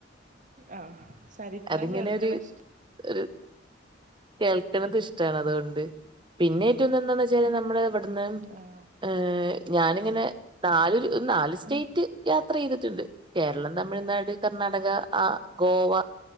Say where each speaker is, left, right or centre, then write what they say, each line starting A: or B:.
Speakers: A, on the right; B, on the right.
A: ആഹ ചരിത്രം
B: അതിങ്ങനെ
A: കേൾക്കണ
B: ഒരു
A: ഇഷ്ട്ട
B: ഒരു കേൾക്കണത് ഇഷ്ടമാണ് അതുകൊണ്ട് പിന്നെ റ്റന്ന് എന്താന്ന് വെച്ചാല് നമ്മുടെ ഇവിടുന്ന്
A: ആഹ്
B: ഏ് ഞാനിങ്ങനെ നല് നാല് സ്റ്റേറ്റ്
A: ഉം
B: യാത്ര ചെയ്തിട്ടുണ്ട് കേരളം തമിഴ്നാട് കർണാടക ആ ഗോവ